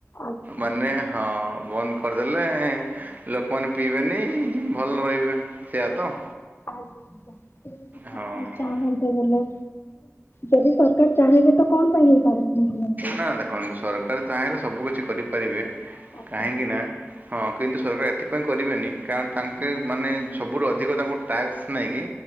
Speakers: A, on the left; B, on the right.
A: ଆଜ୍ଞା
B: ମାନେ
A: ଆଜ୍ଞା
B: ହଁ ବନ୍ଦ କରିଦେଲେ ଲୋକମାନେ ପିଇବେନି ଭଲ ରହିବେ ସେଇଆ ତ
A: ଆଜ୍ଞା ଆଜ୍ଞା। ଯ ସରକାର
B: ହଁ ହଁ
A: ଯଦି ସରକାର ଚାହିଁବେ ତ କଣ ପାଇଁ ପରତ୍ନୋକୁନ୍ତ <inaudible>
B: ନା ଦେଖନ୍ତୁ ସରକାର ଚାହିଁଲେ ସବୁ କିଛି କରିପାରିବେ
A: ଆଜ୍ଞା।
B: କାହିଁକି ନା ହଁ କିନ୍ତୁ ସରକାର ଏଥିପାଇଁ କରିବେନି କାରଣ ତାଙ୍କେ ମାନେ ସବୁଠୁ ଅଧିକ ତାଙ୍କୁ ଟାକ୍ସ ନାହିଁ କି